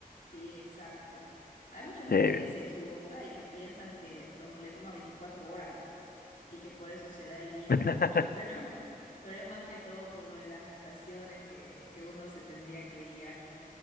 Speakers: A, on the left; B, on the left.
A: Sí, exacto. Hay mucha gente
B: Sí, bien.
A: que se equivoca y que piensan que les tom- le toma 24 horas y que por eso se da el día
B: <laughs>
A: y la noche, <laughs> pero, pero es más que todo por lo de las estaciones que, que uno se tendría que guiar.